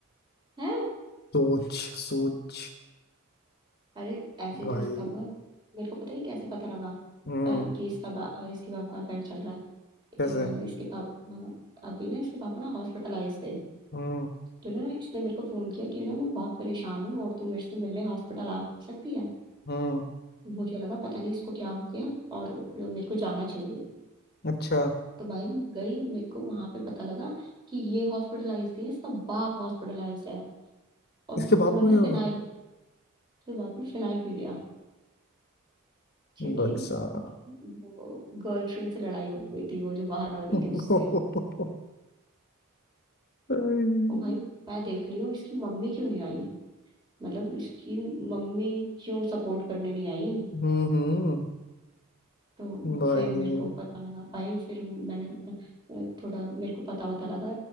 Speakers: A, on the right (about 20°); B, on the left (about 50°).
A: है
B: सोच सोच
A: अरे ऐसे
B: भाई
A: तो इसका हुआ मेरे को पता ही कैसे पता लगा
B: हम्म
A: अ, कि इसका बा, अ, इसके बाप का अफेयर चल रहा है
B: कैसे
A: अ, इसके बाप अ, अभी ना इसके पापा ना हॉस्पिटलाइज थे
B: हम्म
A: तो ना इसने मेरे को फोन किया कि ना मैं बहुत परेशान हूँ और तू मेरे से मिलने हॉस्पिटल आ सकती है
B: हम्म
A: मुझे लगा पता नहीं इसको क्या हो गया और मेरे को जाना चाहिए
B: अच्छा
A: तो भाई मैं गई मेरे को वहां पे पता लगा कि ये हॉस्पिटलाइज नहीं है इसका बाप हॉस्पिटलाइज है और
B: इसके
A: उन्होंने
B: बाप को क्या हो
A: फिनाइल
B: गया
A: उसके बाद में फिनाइल पी लिया क्योंकि
B: भाई साहब
A: वो गर्लफ्रेंड से लड़ाई हो गई थी वो जो बाहर वाली
B: <laughs>
A: थी उससे
B: हम्म
A: और भाई मैं देख रही हूँ इसकी मम्मी क्यों नहीं आई मतलब इसकी मम्मी क्यों सपोर्ट करने नहीं आई
B: हम्म
A: तो
B: भाई
A: फिर मेरे को पता लगा भाई फिर मैंने अ, थोड़ा मेरे को पता वता लगा